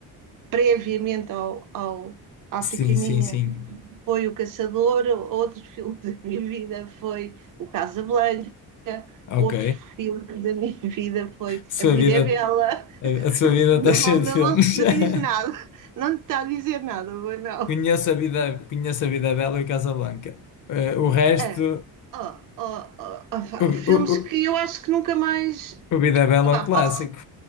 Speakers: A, on the right (about 55°); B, on the left (about 50°).
A: previamente ao, ao África
B: Sim,
A: Minha
B: sim, sim.
A: foi O Caçador, outro <laughs> filme da minha vida foi O Casablanca,
B: Ok.
A: outro filme da minha <laughs> vida foi
B: Sua
A: A Vida
B: vida,
A: é Bela.
B: a, a sua vida
A: Não,
B: está <laughs> cheia
A: não,
B: de filmes.
A: não, te
B: <laughs>
A: diz nada, não te está a dizer nada, foi não.
B: Conheço a vida, conheço a Vida Bela e Casablanca. Eh, o resto,
A: É. Oh, oh, oh, oh, pá,
B: o, o,
A: filmes
B: o,
A: que eu acho que nunca mais.
B: o Vida Bela
A: Epá,
B: é um clássico.
A: posso.